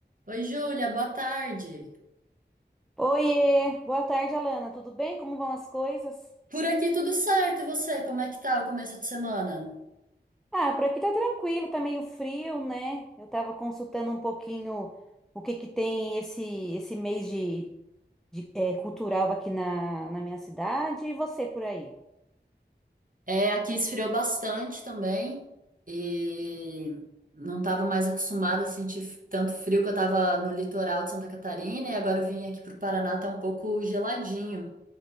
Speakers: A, on the right; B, in the centre.
A: Oi, Júlia, boa tarde.
B: Oiê, boa tarde, Alana. Tudo bem? Como vão as coisas?
A: Por aqui tudo certo, e você? Como é que tá o começo de semana?
B: Ah, por aqui tá tranquilo, tá meio frio, né? Eu tava consultando um pouquinho o que que tem esse esse mês de, de, eh, cultural aqui na, na minha cidade e você por aí.
A: É, aqui esfriou bastante também e não estava mais acostumada a sentir f- tanto frio que eu estava no litoral de Santa Catarina e agora eu vim aqui para o Paraná, tá um pouco geladinho.